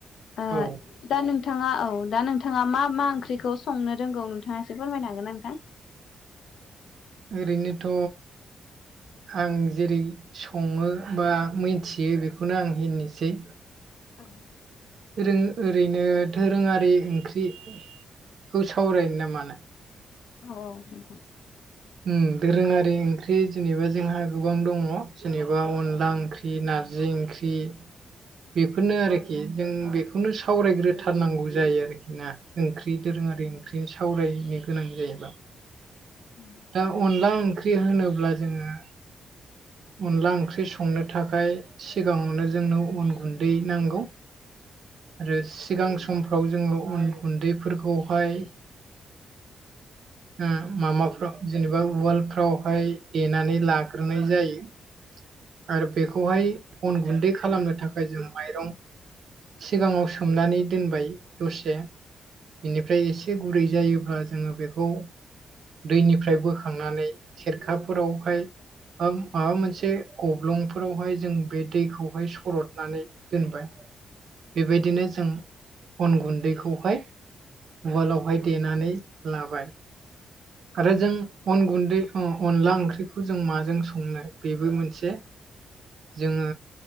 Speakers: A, on the left; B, on the right.
A: आ
B: औ
A: दा नोंथाङा औ दा नोंथाङा मा मा ओंख्रिखौ संनो रोंगौ नोंथाङा एसे फोरमायनो हागोन नोंथां?
B: ओरैनोथ' आं जेरै सङो बा मिथियो बेखौनो आं होननोसै।
A: औ।
B: आरै ओरैनो दोरोङारि ओंख्रिखौ सावरायनो ना मानो?
A: औ औ नोंथां।
B: ओं दोरोङारि ओंख्रि जेनेबा जोंहा गोबां दङ जेनेबा अनला ओंख्रि ओंख्रि नारजि ओंख्रि। बेफोरनो आरोखि जों बेखौनो सावरायग्रोथारनांगौ जायो आरोखि ना। ओंख्रि दोरोङारि ओंख्रि सावरायनो गोनां जायोबा।
A: उम।
B: दा अनला ओंख्रि होनोब्ला जोंङो अनला ओंख्रि संनो थाखाय सिगाङावनो जोंनो अन गुन्दै नांगौ। आरो सिगां समफ्राव जोनङो उन गुन्दैफोरखौहाय उम <unintelligible> जेनेबा उवालफ्रावहाय देनानै लाग्रोनाय जायो। आरो बेखौहाय अन गुन्दै खालामनो थाखाय जों माइरं सिगाङाव सोमनानै दोनबाय दसे बेनिफ्राय एसे गुरै जायोब्ला जोङो बेखौ दैनिफ्राय बोखांनानै सेरखाफोरावहाय माबा मोनसे गब्लंफोरावहाय जों बे दैखौहाय सरदनानै दोनबाय। बेबायदिनो जों अन गुन्दैखौहाय उवालावहाय देनानै लाबाय। आरो जों अन गुन्दै अनला ओंख्रिखौ जों माजों संनो बेबो मोनसे जोङो